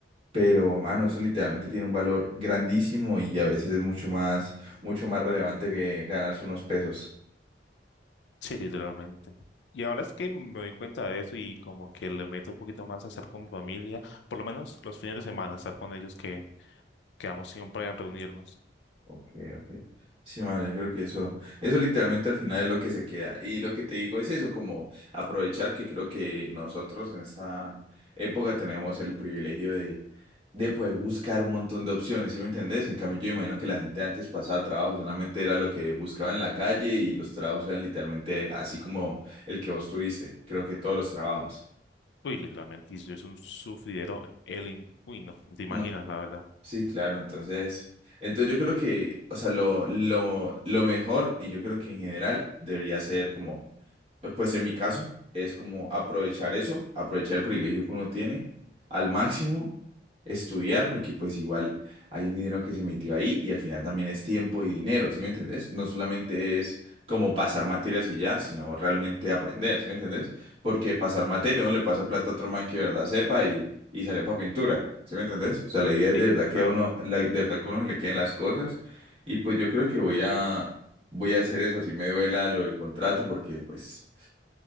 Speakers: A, on the right; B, on the left.
A: pero, mano, eso literalmente tiene un valor grandísimo y a veces es mucho más, mucho más relevante que ganarse unos pesos.
B: Sí, literalmente. Y ahora es que me doy cuenta de eso y como que le meto un poquito más a estar con mi familia, por lo menos los fines de semana, estar con ellos que quedamos siempre en reunirnos.
A: Ok, ok. Sí, man, yo creo que eso, eso literalmente al final es lo que se queda. Y lo que te digo es eso, como aprovechar que creo que nosotros en esta época tenemos el privilegio de, de poder buscar un montón de opciones, ¿sí me entendés? En cambio, yo imagino que la gente antes pasaba trabajo, solamente era lo que buscaba en la calle y los trabajos eran literalmente así como el que vos tuviste, creo que todos los trabajos.
B: Uy, literalmente, y eso es un sufridero, el... in- Uy, no, no te imaginas,
A: No.
B: la verdad.
A: Sí, claro, entonces, entonces yo creo que, o sea, lo, lo, lo mejor y yo creo que en general debería ser como, pues en mi caso, es como aprovechar eso, aprovechar el privilegio que uno tiene al máximo, estudiar, porque pues igual hay un dinero que se metió ahí y al final también es tiempo y dinero, ¿sí me entendés? No solamente es como pasar materias y ya, sino realmente aprender, ¿sí me entendés? porque pasar materia, uno le pasa plata a otro man que de verdad sepa y, y salió para pintura, ¿sí me entendés? O sea, la idea es
B: Sí,
A: de
B: literal.
A: verdad que a uno, la, de verdad que a uno se le queden las cosas y pues yo creo que voy a, voy a hacer eso, así me duela lo del contrato, porque pues